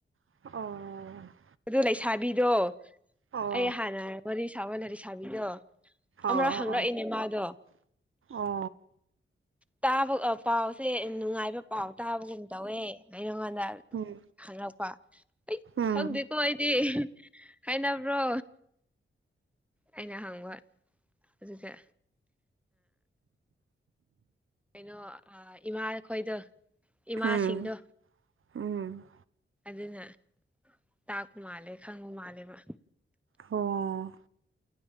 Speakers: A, on the right; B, in the centre.
A: ꯑꯣ
B: ꯑꯗꯨ ꯂꯩꯁꯥꯕꯤꯗꯣ
A: ꯑꯣ
B: ꯑꯩ ꯍꯥꯟꯅ ꯋꯥꯔꯤꯔꯤ ꯁꯥꯕ ꯑꯣꯏꯅ ꯂꯩꯁꯥꯕꯤꯗꯣ ꯑꯃꯔ
A: ꯑꯣ
B: ꯍꯪꯂꯛꯏꯅꯦ
A: ꯑꯣ
B: ꯃꯥꯗꯣ
A: ꯑꯣ
B: ꯇꯥꯕ ꯄꯥꯎꯁꯦ ꯅꯨꯡꯉꯥꯏꯕ ꯄꯥꯎ ꯇꯥꯕꯒꯨꯝ ꯇꯧꯋꯦ ꯑꯩꯩꯅꯉꯥꯟꯗ
A: ꯎꯝ
B: ꯍꯉꯛꯄ ꯑꯩ
A: ꯎꯝ
B: ꯈꯪꯗꯦꯀꯣ ꯑꯩꯗꯤ ꯍꯥꯏꯅꯕ꯭ꯔꯣ ꯑꯩꯅ ꯍꯪꯕ ꯑꯗꯨꯒ ꯀꯩꯅꯣ ꯏꯃꯥꯈꯣꯏꯗꯣ ꯏꯃꯥꯁꯤꯡꯗꯣ
A: ꯎꯝ ꯎꯝ
B: ꯑꯗꯨꯅ ꯇꯥꯛꯄ ꯃꯥꯜꯂꯦ ꯈꯪꯕ ꯃꯥꯜꯂꯦꯕ
A: ꯑꯣ